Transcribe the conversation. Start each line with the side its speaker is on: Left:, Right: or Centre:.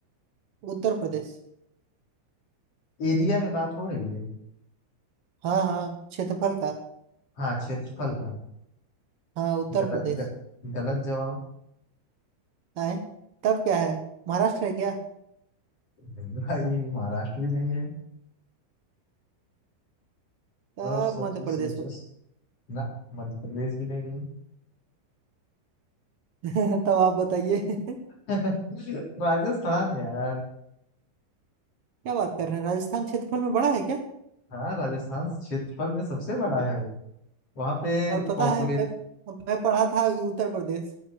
Right: उत्तर प्रदेश
Left: एरिया में बात हो रही है
Right: हाँ हाँ क्षेत्रफल का
Left: हाँ क्षेत्रफल का
Right: हाँ उत्तर
Left: गलत
Right: प्रदेश
Left: ग, गलत जवाब
Right: आए तब क्या है महाराष्ट्र है क्या
Left: नहीं भाई महाराष्ट्र भी नहीं है
Right: तब
Left: और सोचो
Right: मध्य
Left: सोचो
Right: प्रदेश होता
Left: ना मध्य प्रदेश भी नहीं है
Right: है। <laughs> तब आप बताइए <laughs>
Left: <laughs> राजस्थान यार
Right: क्या बात कर रहे हैं राजस्थान क्षेत्रफल में बड़ा है क्या
Left: हाँ राजस्थान क्षेत्रफल में सबसे बड़ा है वहां पे
Right: और पता
Left: पॉपुलेशन
Right: है मैं, मैं पढ़ा था उत्तर प्रदेश